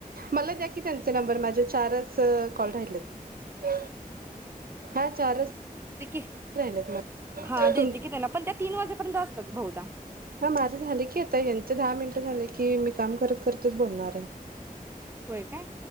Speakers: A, on the right; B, on the right.
A: मला द्या की त्यांचे नंबर माझे चारच कॉल राहिलेत हा चारच
B: के
A: राहिलेत मग
B: हा दे
A: तुम
B: की त्यांना पण त्या तीन वाजेपर्यंत असतात बहुदा.
A: हा माझं झाल की आता ह्यांचं दहा मिनटं झाले की मी काम करत करतच बोलणारं. णारेय
B: होय काय